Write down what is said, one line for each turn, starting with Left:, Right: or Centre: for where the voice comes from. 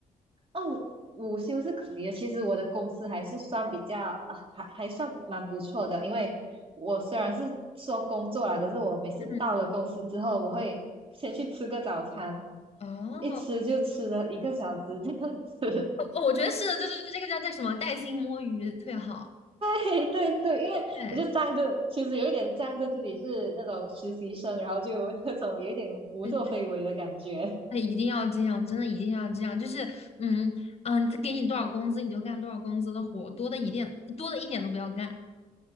Right: 哦，午休是可以的，其实我的公司还是算比较啊，还还算蛮不错的，因为我虽然是说工作啦，可是我每次到了公司之后，
Left: 嗯，
Right: 我会先去吃个早餐，
Left: 哦，
Right: 一吃就吃了一个小时这样子，
Left: 哦我觉得是的，对对对这个叫叫什么？带薪摸鱼最好。
Right: 对对对，因为我就仗着，
Left: 对
Right: 其实有一点仗着自己是那种实习生，然后就 <laughs> 有那种有一点胡作非为的感觉。
Left: 对，哎一定要这样，真的一定要这样。就是嗯嗯，他给你多少工资你就干多少工资的活，多的一点多的一点都不要干。